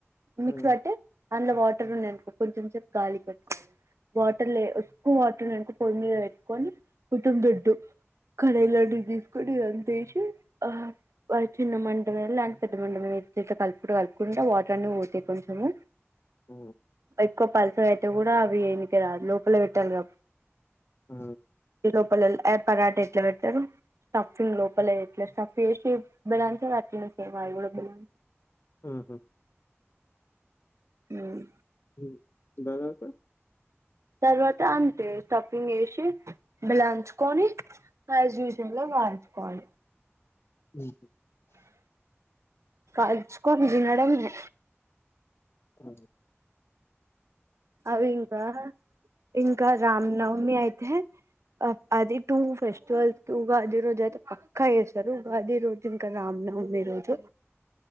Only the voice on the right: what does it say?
మిక్సి
వట్టి అందులో వాటర్ ఉన్నాఅనుకో కొంచెం సేపు గాలికి పెట్టుకోివాలి వాటర్లే ఎక్కువ వాటర్ ఉనాయి అనుకో పొయ్యి మీద పెట్టుకొని కుటుందొడ్డు కరైలా టిజ <unintelligible> కుడ్డీలో అంతా యేసి ఆ చిన్నమంటమీద లే పెద్ద మంటమీద కలుపుకుంటా కలుపుకుంటా అంటే వాటర్ని పోతాయి కొంచము
ఎక్కువ పల్సగా అయితే గూడా అవి ఎయనీకీ రాదు లోపల బెట్టాలి గా
లోపల పరాట ఎట్లా పెడతారు? స్టఫీ లోపల ఎట్ల స్టఫీ ఏసి బెలాన్ స్తరు అట్లానే సేమ్ ఆ బెలాన్
ఉమ్.
తర్వాత అంతే స్టఫింగ్ యేసి బెలాంచుకొని యాజ్ య్యూజ్వల్ గా నంచుకోవాలి
కాల్చుకొని దినడమే
అవి ఇంకా ఇంకా రామనవమి అయితే అది టూ ఫెస్టివల్స్ ఉగాది రోజు అయితే పక్కా జేస్తారు ఉగాది రోజు ఇంకా రామ్ నవమి రోజు